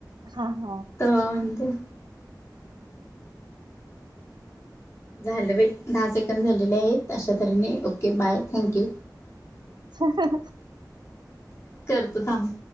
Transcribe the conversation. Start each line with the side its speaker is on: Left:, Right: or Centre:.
Right: हा हा
Left: तवान ते झालंे दहा सेकंड झालेले आहेत अशा तऱ्हेने ओके बाय थँक यू
Right: ह
Left: करतो थांब